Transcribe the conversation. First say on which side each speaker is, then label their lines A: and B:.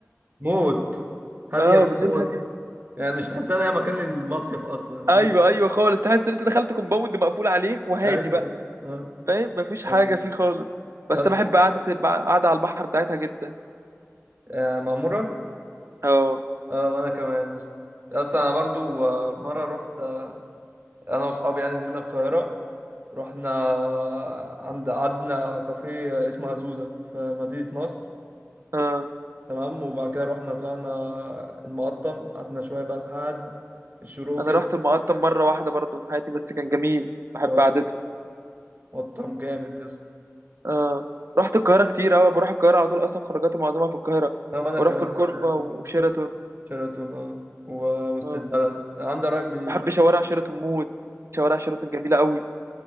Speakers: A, on the right; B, on the right.
A: موت هادية
B: اه بالليل
A: موت
B: هاديه
A: يعني مش تحسها إن هي مكان للمصيف أصلا المفروض
B: ايوه ايوه خالص تحس ان انت دخلت كومباوند مقفول عليك وهادي
A: أيوة
B: بقى
A: آه.
B: فاهم مفيش حاجه
A: آه. آه.
B: فيه خالص بس
A: يا اسطى
B: انا بحب قعده قعده على البحر بتاعتها جدا
A: آه، معمورة
B: اه
A: آه وأنا كمان يا اسطى يا اسطى أنا برضو آه، مرة رحت آه، أنا وأصحابي يعني نزلنا القاهرة رحنا آه، عند قعدنا كافيه اسمه عزوزة في مدينة نصر
B: اه
A: تمام وبعد كده رحنا طلعنا المقطم قعدنا شوية بقى لحد الشروق
B: انا
A: كده
B: رحت المقطم مره واحده برضو في حياتي بس كان جميل بحب
A: لا والله
B: قعدته
A: مطعم جامد يا اسطى
B: اه رحت القاهره كتير قوي بروح القاهره على طول اصلا خروجاتي معظمها في القاهره
A: لا وانا
B: بروح
A: كمان
B: في الكوربه
A: نفس النظام
B: وشيراتون
A: شيراتون اه و- وسط
B: اه
A: البلد عندي قرايب بي-
B: بحب شوارع شيراتون موت شوارع شيراتون جميلة قوي